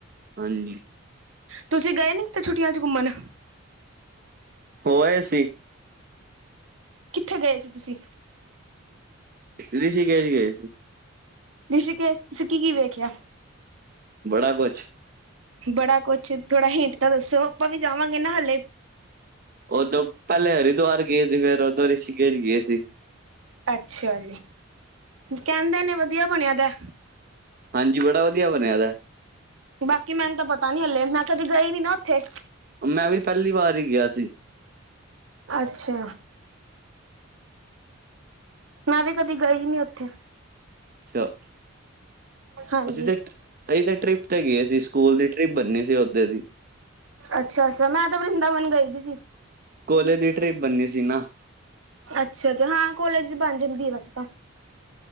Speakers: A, on the right; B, on the right.
A: ਹਾਂਜੀ।
B: ਤੁਸੀਂ ਗਏ ਨੀ ਕਿਤੇ ਛੁੱਟੀਆਂ ਚ ਘੁੰਮਣ
A: ਹੋ ਆਏ ਸੀ।
B: ਕਿਥੇ ਗਏ ਸੀ ਤੁਸੀਂ?
A: ਰਿਸ਼ੀਕੇਸ ਗਏ ਸੀ।
B: ਰਿਸ਼ੀਕੇਸ਼ ਚ ਤੁਸੀਂ ਕੀ ਕੀ ਵੇਖਿਆ?
A: ਬੜਾ ਕੁਛ
B: ਬੜਾ ਕੁਛ ਥੋੜਾ ਹਿੰਟ ਤਾਂ ਦੱਸੋ ਆਪਾਂ ਵੀ ਜਾਵਾਂਗੇ ਨਾਲ ਹਾਲੇ
A: ਉਦੋਂ ਪਹਿਲੇ ਹਰਿਦੁਆਰ ਗਏ ਸੀ ਫੇਰ ਉਦੋਂ ਰਿਸ਼ਕੇਸ਼ ਗਏ ਸੀ।
B: ਅੱਛਾ ਜੀ, ਕਹਿੰਦੇ ਨੇ ਵਧੀਆ ਬਣਿਆ ਦਾ।
A: ਹਾਂਜੀ ਬੜਾ ਵਧੀਆ ਬਣਿਆ ਦਾ।
B: ਬਾਕੀ ਮੈਨੂੰ ਤਾਂ ਪਤਾ ਨੀ ਹਲੇ ਮੈਂ ਕਦੇ ਗਈ ਨੀ ਨਾ ਉੱਥੇ।
A: ਮੈਂ ਵੀ ਪਹਿਲੀ ਵਾਰ ਹੀ ਗਿਆ ਸੀ।
B: ਅੱਛਾ। ਮੈਂ ਵੀ ਕਦੀ ਗਈ ਨੀ ਉੱਥੇ।
A: ਅੱਛਾ।
B: ਹਾਂਜੀ
A: ਅਸੀਂ ਤੇ ਅਸੀਂ ਤੇ ਟ੍ਰਿਪ ਤੇ ਗਏ ਸੀ। ਸਕੂਲ ਦੀ ਟ੍ਰਿਪ ਬੰਨੀ ਸੀ ਓਥੇ ਦੀ।
B: ਅੱਛਾ -ਅੱਛਾ ਮੈਂ ਤਾਂ ਵਰਿੰਦਾਵਨ ਗਈ ਦੀ ਸੀ।
A: ਕਾਲਜ ਦੀ ਟ੍ਰਿਪ ਬੰਨੀ ਸੀ ਨਾ।
B: ਅੱਛਾ ਤੇ ਹਾਂ ਕੋਲੇਜ ਦੀ ਬਣ ਜਾਂਦੀ ਆ ਵੈਸੇ ਤਾਂ।